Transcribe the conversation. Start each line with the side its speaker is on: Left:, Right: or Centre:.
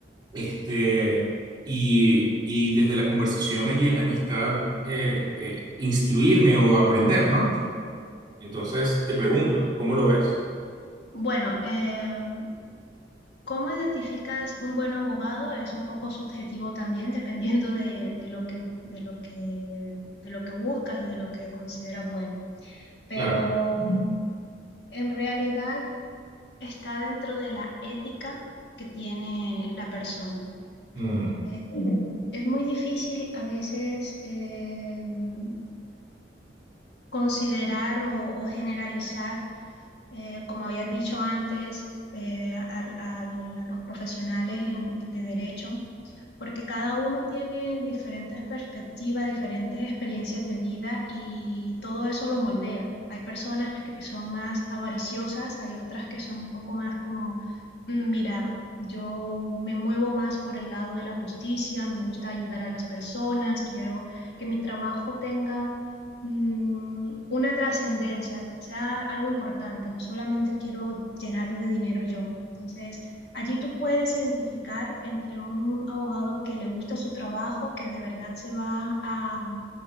Right: Este, y, y desde la conversación allí en la amistad, eh, eh, instruirme o aprender, ¿no? Entonces te
Left: claro.
Right: pregunto, ¿cómo lo ves?
Left: Bueno, em, ¿cómo identificas un buen abogado? Es un poco subjetivo también, dependiendo de, de lo que, de lo que, de lo que buscas y de lo que consideras bueno. Pero
Right: Claro.
Left: en realidad está dentro de la ética que tiene la persona.
Right: Mm.
Left: Eh, es muy difícil a veces em, considerar o o generalizar eh, como habías dicho antes, eh, al, al, a los profesionales en, de derecho porque cada uno tiene diferentes perspectivas, diferentes experiencias de vida y todo eso lo moldea. Hay personas que son más avariciosas, hay otras que son un poco más como, "Mm, mira, yo me muevo más por el lado de la justicia, me gusta ayudar a las personas, quiero que mi trabajo tenga mmm, una trascendencia, sea algo importante, no solamente quiero llenarme de dinero yo. Entonces, Allí tú puedes identificar entre un abogado que le gusta su trabajo, que de verdad se va a,